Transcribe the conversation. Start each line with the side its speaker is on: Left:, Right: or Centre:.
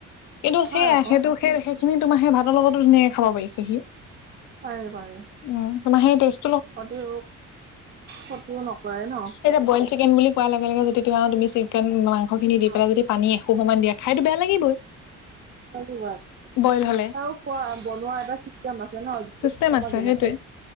Left: এইটো
Right: হয়
Left: সেয়া
Right: আকৌ
Left: সেইটো সেই সেইখিনি তোমা সে ভাতৰ লগতো ধুনীয়াকে খাব পাৰিছে সি।
Right: পাৰি পাৰি।
Left: উম তোমা সেই টেষ্ট
Right: ক্ষতি ক্ষতিও নকৰে ন।
Left: এতিয়া বইল চিকেন বুলি কোৱাৰ লগে লগে যদি তোমা তুমি চিকেন মাংস খিনি দি
Right: অ
Left: পেলাই যদি পানী আহঁ অকণমান দিয়া খাইটো বেয়া লাগিবই।
Right: মৰ্ণী ৱাৰ্ক
Left: বইল হলে
Right: আৰু খোৱা বনোৱা এটা চিষ্টেম আছে ন, তে যিটো
Left: চিষ্টেম
Right: চিষ্টেমত
Left: আছে
Right: যেনেকৈ
Left: সেইটোৱে